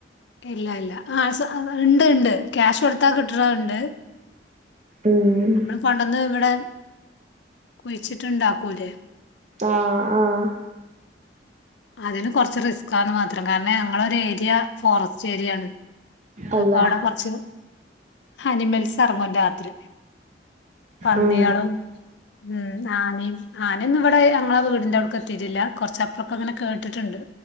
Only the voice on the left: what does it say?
ഇല്ല ഇല്ല ആ ഉണ്ട് ഉണ്ട് ക്യാഷ് കൊടുത്താ കിട്ടണുണ്ട്
നമ്മള് പണ്ടന്ന് ഇവിടെ <unintelligible> കൊഴിച്ചിട്ടുണ്ടാക്കൂലെ
അതിന് കുറച്ച് റിസ്ക് ആന്ന് മാത്രം കാരണം ഞങ്ങൾ ഏരിയ ഫോറസ്റ്റ് ഏരിയാണ്
അപ്പൊ അവിടെ കൊറച്ച് അനിമൽസ് ഇറങ്ങുന്നുണ്ട് പന്ന്യാളും
ഉം ആനയും ആനൊന്നും ഇവിടെ ഞങ്ങളെ വീടിന്റെ അവിടേക്ക് എത്തിയിട്ടില്ല കുറച്ചപ്പറൊക്കെ അങ്ങനെ കേട്ടിട്ടുണ്ട്